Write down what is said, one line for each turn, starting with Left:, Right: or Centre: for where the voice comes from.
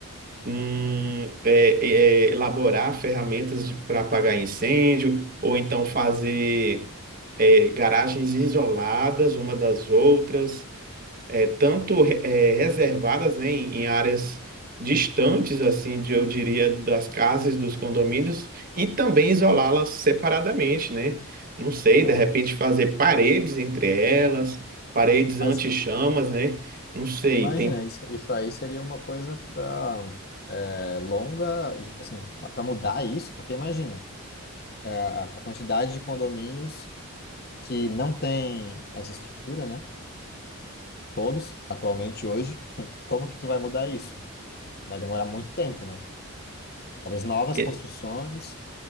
Right: hum, é, é, é, elaborar ferramentas para apagar incêndio, ou então fazer é, garagens isoladas uma das outras é, tanto é, reservadas, né, em, em áreas distantes, assim, de, eu diria, das casas, dos condomínios, e também isolá-las separadamente, né? Não sei,
Left: é.
Right: de repente fazer paredes entre elas, paredes
Left: Mas
Right: anti-chamas,
Left: sim,
Right: né? Não sei,
Left: imagina,
Right: tem.
Left: isso, isso aí seria uma coisa para longa, de- assim, para mudar isso, porque imagina, é, a, a quantidade de condomínios que não tem essa estrutura, né? Todos, atualmente hoje, <laughs> como que tu vai mudar isso? Vai demorar muito tempo, né? Talvez novas
Right: é,
Left: construções